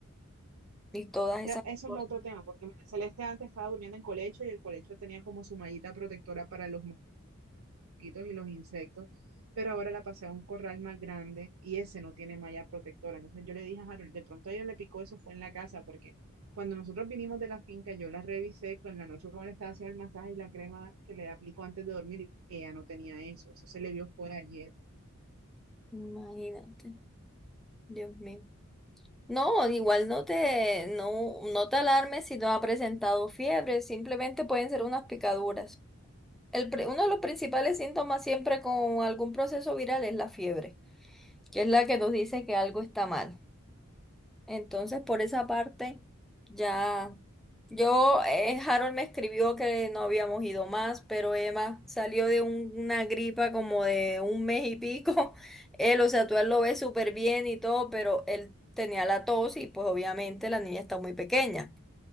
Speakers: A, in the centre; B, on the right (about 75°).
A: y todas esas
B: Ya, Eso
A: cosas.
B: es otro tema, porque María Celeste antes estaba durmiendo en colecho y el colecho tenía como su mallita protectora para los mosquitos y los insectos, pero ahora la pasé a un corral más grande y ese no tiene malla protectora. Entonces yo le dije a Harold, de pronto a ella le picó eso, fue en la casa, porque cuando nosotros vinimos de la finca, yo la revisé con la noche cuando le estaba haciendo el masaje y la crema que le aplicó antes de dormir y ella no tenía eso. Eso se le vio fue ayer.
A: Imagínate, Dios mío. No, igual no te, no, no te alarmes si no ha presentado fiebre, simplemente pueden ser unas picaduras. El, pri- uno de los principales síntomas siempre con algún proceso viral es la fiebre, que es la que nos dice que algo está mal. Entonces, por esa parte, ya. Yo, eh, Harold me escribió que no habíamos ido más, pero Emma salió de un- una gripa como de un mes y pico. <laughs> Él, o sea, tú a él lo ves súper bien y todo, pero él tenía la tos y pues obviamente la niña está muy pequeña.